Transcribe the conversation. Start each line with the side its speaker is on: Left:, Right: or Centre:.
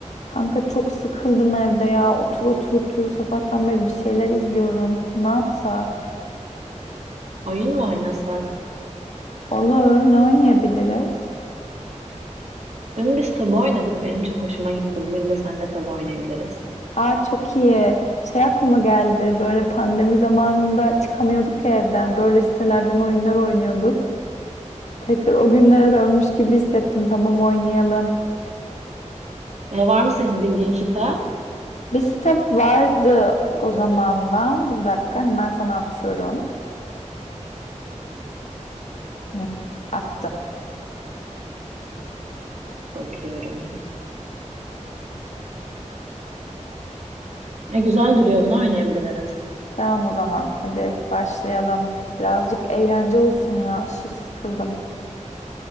Left: Kanka çok sıkıldım evde ya. Otur otur otur sabahtan beri bir şeyler izliyorum. Ne yapsak?
Right: Oyun mu oynasak?
Left: Olur. Ne oynayabiliriz?
Right: Dün biz tabu oynadık. Benim çok hoşuma gitti. Bugün de seninle tabu oynayabiliriz.
Left: Aa çok iyi. Şey aklıma geldi. Böyle pandemi zamanında çıkamıyorduk ya evden. Böyle sitelerden oyunlar oynuyorduk. Tekrar o günlere dönmüş gibi hissettim. Tamam oynayalım.
Right: E, var mı senin bildiğin site?
Left: Bir site vardı o zamandan. Dur bir dakika hemen sana atıyorum. Hı, attım.
Right: Bakıyorum. E, güzel duruyor. Bunu oynayabiliriz.
Left: Tamam o zaman. Hadi başlayalım. Birazcık eğlence olsun ya. Aşırı sıkıldım.